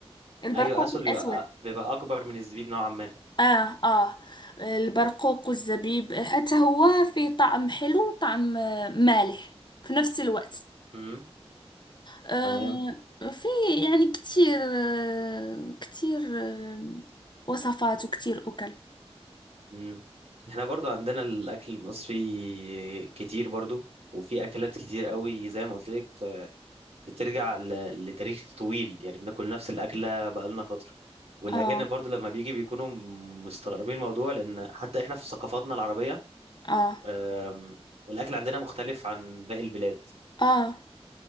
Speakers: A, on the left; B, on the right.
A: البرقوق
B: ايوه اسود
A: الأسود
B: بيبقى بيبقى اكبر من الزبيب نوعا ما
A: آه آه البرقوق والزبيب حتى هو فيه طعم حلو وطعم آه، مالح في نفس الوقت
B: مم.
A: آه،
B: تمام
A: في يعني كتير آه، كتير آه، وصفات وكتير أكل
B: مم. احنا برضو عندنا الاكل المصري كتير برضو وفي اكلات كتير قوي زي ما قلت لك بترجع ل- لتاريخ طويل يعني بناكل نفس الاكله بقالنا فتره والاجانب
A: آه
B: برضو لما بيجي بيكونوا مستغربين الموضوع لان حتى احنا في ثقافاتنا العربيه
A: آه
B: أم، الاكل عندنا مختلف عن باقي البلاد
A: آه